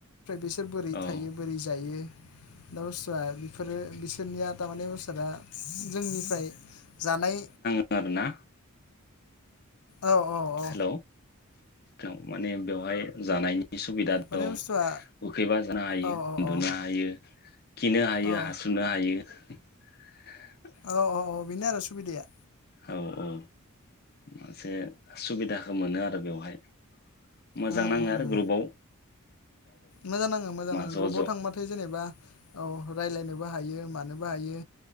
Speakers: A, on the left; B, on the left.
A: बिसोर बोरै
B: औ
A: थायो बोरै जायो। दा बुस्थुवा बिफोरो बिसोरनिया थारमाने दा जोंनिफ्राय जानाय
B: खोनादोंना?
A: औ औ औ
B: हेलौ। औ माने बेवहाय जानायनि सुबिदा
A: माने
B: दं
A: बुस्थुआ
B: उखैबा जानो हायो
A: औ औ
B: उन्दुनो
A: औ
B: हायो। खिनो हायो
A: औ
B: हासुनो हायो। <inaudible>
A: औ औ औ बिनो आरो सुबिदाया।
B: औ औ मोनसे सुबिदाखौ मोनो आरो बेवहाय। मोजां
A: उम
B: नाङो
A: उम
B: आरो
A: उम
B: ग्रुबाव।
A: मोजां नाङो मोजां नाङो
B: ज'
A: ग्रुपाव
B: ज'
A: थांबाथाय जेनेबा औ रायलायनोबो हायो। मानोबो हायो।